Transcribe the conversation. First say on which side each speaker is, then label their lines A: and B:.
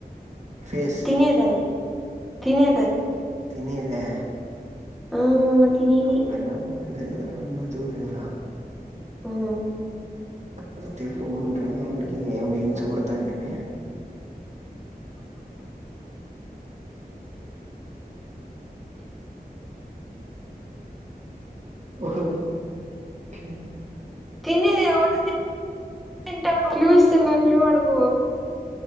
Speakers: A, on the right (about 45°); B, in the centre.
A: ఫేస్
B: తినేదది తినే
A: తిన్నేదా
B: ఆ తినేది
A: అప్పన్న మ రె ద వరిలా
B: హ్మ్మ్
A: మన తె ఉండ వాకి వేయించకూడతండి మ హ <unintelligible>
B: తినేది రోజు తిం తింటాను క్లూ ఇస్తున్నా క్లూ అడుగు?